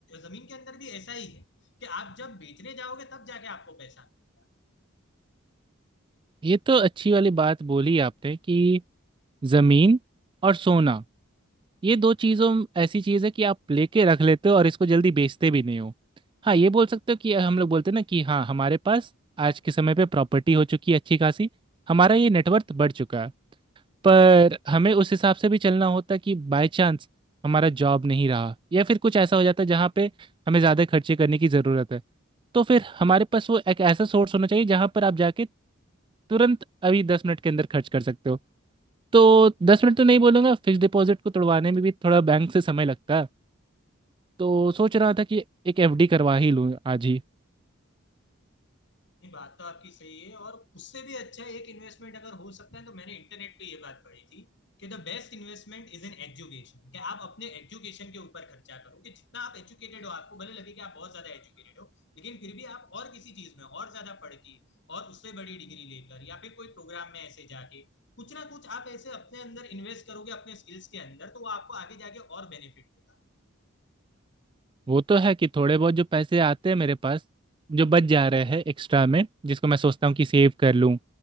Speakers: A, on the left; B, on the right.
A: जमीन के अंदर भी ऐसा ही है कि आप जब बेचने जाओगे तब जाके आपको पैसा मिलेगा
B: ये तो अच्छी वाली बात बोली आपने कि ज़मीन और सोना ये दो चीज़ों में ऐसी चीज़ है कि आप लेके रख लेते हो और इसको जल्दी बेचते भी नहीं हो हाँ ये बोल सकते हो कि हम लोग बोलते हैं ना कि हाँ हमारे पास आज के समय पे प्रॉपर्टी हो चुकी है अच्छी खासी हमारा ये नेटवर्थ बढ़ चुका है पर हमें उस हिसाब से भी चलना होता कि बाय चांस हमारा जॉब नहीं रहा या फिर कुछ ऐसा हो जाता जहाँ पे हमें ज़्यादा खर्चे करने की ज़रूरत है तो फिर हमारे पास वो एक ऐसा सोर्स होना चाहिए जहाँ पर आप जाके तुरंत अभी दस मिनट के अंदर खर्च कर सकते हो तो दस मिनट तो नहीं बोलूंगा फिक्स डिपॉजिट को तोड़वाने में भी थोड़ा बैंक से समय लगता है तो सोच रहा था कि एक एफडी करवा ही लूँ आज ही
A: नहीं बात तो आपकी सही है और उससे भी अच्छा एक इन्वेस्टमेंट अगर हो सकता है तो मैंने इंटरनेट पे ये बात पढ़ी थी कि the best investment is in education कि आप अपने एजुकेशन के ऊपर खर्चा करो कि जितना आप एजुकेटेड हो आपको भले लगे कि आप बहुत ज्यादा एजुकेटेड हो लेकिन फिर भी आप और किसी चीज में और ज्यादा पढ़ के और उससे बड़ी डिग्री लेकर या फिर कोई प्रोग्राम में ऐसे जाके कुछ ना कुछ आप ऐसे अपने अंदर इन्वेस्ट करोगे अपने स्किल्स के अंदर तो वो आपको आगे जाके और बेनिफिट देगा
B: वो तो है कि थोड़े बहुत जो पैसे आते हैं मेरे पास जो बच जा रहे हैं एक्स्ट्रा में जिसको मैं सोचता हूँ कि सेव कर लूँ